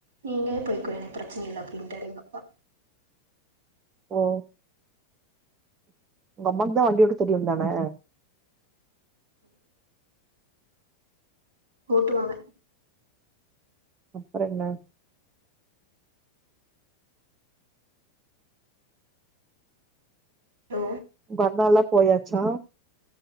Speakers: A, on the right; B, on the right.
A: நீங்கலே போய்ககோங்க எனக்கு பிரச்சனை இல்லை அப்படின்டாரு எங்கப்பா
B: ஓ உங்க அம்மாக்கு தான் வண்டியோட்ட தெரியும் தானே
A: ஓட்டுவாங்க
B: அப்புறம் என்ன
A: ஓ
B: உங்க அம்மாலாம் போய்யாச்சா